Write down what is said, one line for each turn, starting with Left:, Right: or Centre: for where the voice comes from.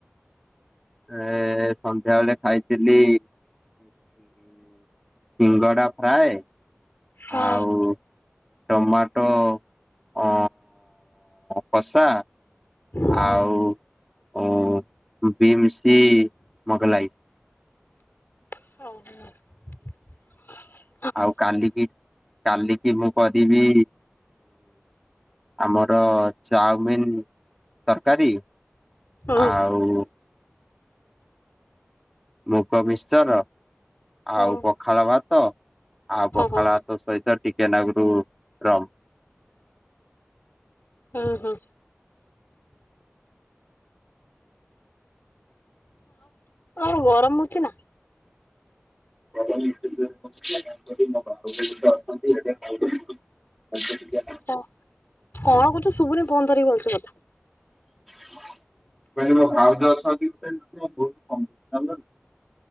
Centre: ଏ ସନ୍ଧ୍ୟାବେଳେ ଖାଇଥିଲି ସିଙ୍ଗଡ଼ା ଫ୍ରାଏ
Left: ହଁ
Centre: ଆଉ ଟମାଟୋ ଅ କଷା।
Left: ହଁ
Centre: ଆଉ ବିମସି ମଗଲାଇ।
Left: ଓହୋ।
Centre: ଆଉ କାଲିକି କାଲିକି ମୁଁ କି ରିବୀ ଆମର ଚାଉମିନ ତରକାରୀ
Left: ହୁଁ
Centre: ଆଉ ମୁଗ ମିଶର
Left: ହୁଁ
Centre: ଆଉ ପଖାଳ ଭାତ ଆଉ ପଖାଳ
Left: ହୁଁ
Centre: ଭାତ ସହିତ ଟିକେନାଗରୁ ରମ।
Left: ହୁଁ ହୁଁ। ଆଉ ଗରମ ହଉଛି ନା?
Centre: <unintelligible> <unintelligible>
Left: ନା? କଣ କହୁଛୁ ସୁବୁନି ଫୋନ ଧରିକି ଭଲସେ କଥା
Centre: ମୁ କହିଲି ମୋ ଭାଉଜ ଅଛନ୍ତି <unintelligible>